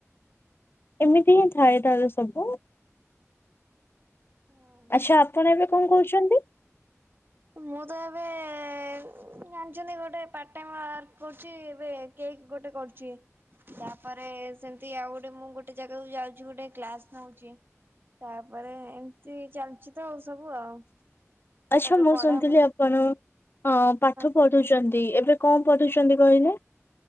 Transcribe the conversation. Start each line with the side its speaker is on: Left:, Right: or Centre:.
Left: ଏମିତି ହିଁ ଥାଏ ତାର ସବୁ।
Right: ଓହୋ
Left: ଆଚ୍ଛା ଆପଣ ଏବେ କଣ କରୁଛନ୍ତି
Right: ମୁଁ ତ ଏବେ। ଉ ଜାଣିଛନ୍ତି ଗୋଟେ ପାଟ ଟାଇମ ୱାର୍କ କରୁଛି ଏବେ କେକ୍ ଗୋଟେ କରୁଛି। ତାପରେ ସେମତି ଆଉ ଗୋଟେ ମୁଁ ଗୋଟେ ଜାଗାକୁ ଯାଉଛି ଗୋଟେ କ୍ଲାସ ନଉଛି। ତାପରେ ଏମିତି ଚାଲିଛି ତ ଆଉ ସବୁ ଆଉ।
Left: ଆଚ୍ଛା
Right: ତାପରେ
Left: ମୁଁ
Right: ପଢା
Left: ଶୁଣିଥିଲି
Right: ହଁ
Left: ଆପଣ ଅ ପାଠ
Right: କୁହ।
Left: ପଢୁଛନ୍ତି ଏବେ। କଁ ପଢଠୁଛନ୍ତି କହିଲେ?